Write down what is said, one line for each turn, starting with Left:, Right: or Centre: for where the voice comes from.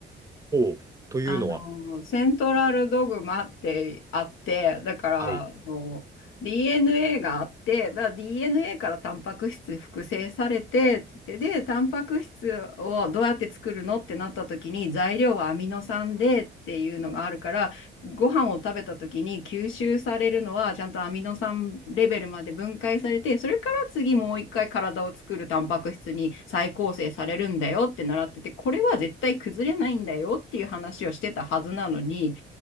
Right: ほう。というのは、
Left: あの、セントラルドグマってあって、だから、
Right: はい、
Left: あの、DNA があって、だ DNA からタンパク質複製されてって言って、で、タンパク質をどうやって作るのってなった時に、材料はアミノ酸でっていうのがあるから、ご飯を食べた時に吸収されるのは、ちゃんとアミノ酸レベルまで分解されて、それから次もう一回体を作るタンパク質に再構成されるんだよって習ってて、これは絶対崩れないんだよっていう話をしてたはずなのに、